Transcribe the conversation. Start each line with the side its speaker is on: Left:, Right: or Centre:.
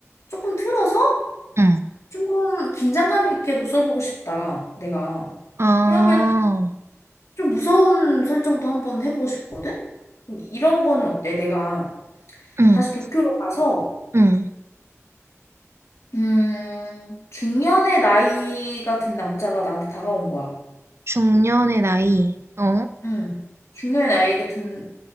Left: 조금 틀어서
Right: 응.
Left: 조금 긴장감 있게도 써보고 싶다. 내가.
Right: 아,
Left: 그러면 좀 무서운 설정도 한번 해보고 싶거든? 그럼 이런 거는 어때? 내가
Right: 응,
Left: 다시 도쿄로 가서,
Right: 응.
Left: 음, 중년의 나이가 든 남자가 나한테 다가온 거야.
Right: 중년의 나이. 어?
Left: 응. 중년의 나이가 든